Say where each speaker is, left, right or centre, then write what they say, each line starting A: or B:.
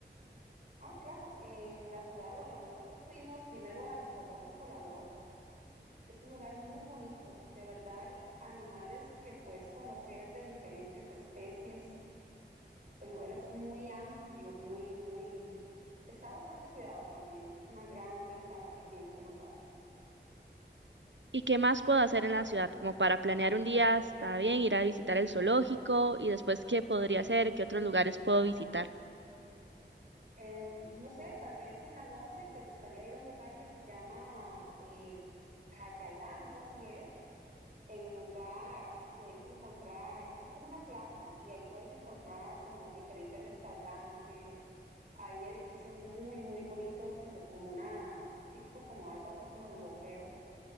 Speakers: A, on the right; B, on the right.
A: ah, claro, en la ciudad, bueno, nosotros fuimos primero al zoológico La Aurora, es un lugar muy bonito, de verdad hay animales que puedes conocer de diferentes especies. El lugar es muy amplio, muy, muy... Está bastante cuidado también. Esa es una gran ventaja que tiene ese lugar.
B: ¿Y qué más puedo hacer en la ciudad? Como para planear un día, está bien, ir a visitar el zoológico y después qué podría hacer, qué otros lugares puedo visitar.
A: Em, no sé, tal vez en la noche te gustaría ir a un lugar que se llama eh, Cayalá, algo así es. En el lugar puedes encontrar, es como una plaza y ahí puedes encontrar como diferentes restaurantes. Hay edificios muy, muy bonitos que son como una, típicos como algo así como europeo.